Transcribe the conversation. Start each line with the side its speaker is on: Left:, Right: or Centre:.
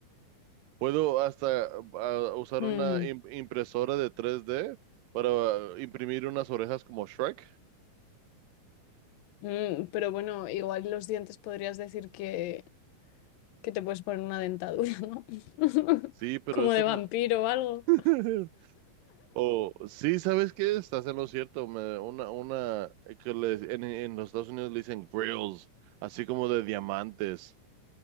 Right: Puedo hasta ah, usar
Left: mm,
Right: una im- impresora de tres d para imprimir unas orejas como Shrek.
Left: mm, pero bueno, igual los dientes podrías decir que, que te puedes poner una dentadura, ¿no? <laughs>
Right: Sí, pero
Left: Como
Right: eso
Left: de vampiro
Right: me...
Left: o algo.
Right: <laughs> O sí, ¿sabes qué? Estás en lo cierto. Me, una, una eh, que les- en, en los Estados Unidos le dicen grills, así como de diamantes.